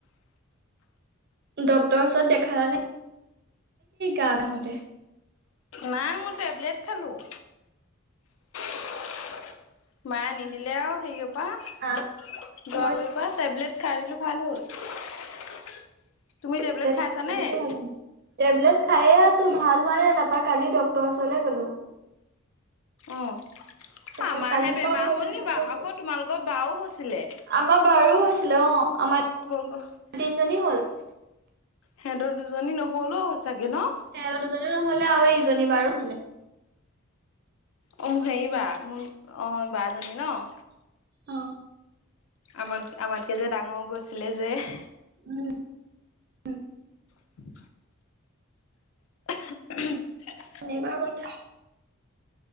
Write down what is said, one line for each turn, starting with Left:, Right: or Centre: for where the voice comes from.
Right: ড্ক্তৰৰ ওচৰত দেখালানে গা বেয়া হতে
Left: নাই মই টেবলেট খালোঁ। <inaudible> মায়ে নিদিলে আৰু হেৰি পৰা গোৱাবৰিৰ
Right: হা মই
Left: পৰা টেবলেট খাই দিলো ভাল হ'ল। <unintelligible> তুমি টেবলেট খাইছা
Right: খাইছো
Left: নে?
Right: যদিও
Left: <inaudible>
Right: ভাল হোৱা নাই টেবলেট খাই এ আছো ভাল হোৱা নাই। তাৰপা কালি ডক্টৰ ওচৰলৈ গ'লো। <inaudible>
Left: অঁ!
Right: তাৰপা
Left: আমাৰহে
Right: কালিৰ
Left: বেমাৰ
Right: পৰা অকমান
Left: হ'ল নি
Right: ভাল
Left: বাৰু।
Right: পাইছো
Left: আকৌ তোমালোকৰ বাও হৈছিলে। <inaudible>
Right: আমাৰ বাৰো হৈছিলে অঁ‌ আমাৰ <unintelligible>
Left: তোমালোকৰ <inaudible>
Right: তিনিজনীৰ হ'ল। <inaudible>
Left: সিহঁতৰ দুজনী নহল অ সঁচাকে ন। <inaudible>
Right: সেহঁতৰ দুজনী নহ'লে আৰু ইজনী বাৰো হল <inaudible>
Left: অ মোৰ হেৰি বা মোৰ অ এই বাজনী ন। <inaudible>
Right: অ
Left: আমাত আমাতকৈ যে ডাঙৰ গৈছিলে যে। <inaudible>
Right: উম <inaudible> উম!
Left: উ <inaudible> <inaudible>
Right: তেনেকুৱা কথা। <inaudible>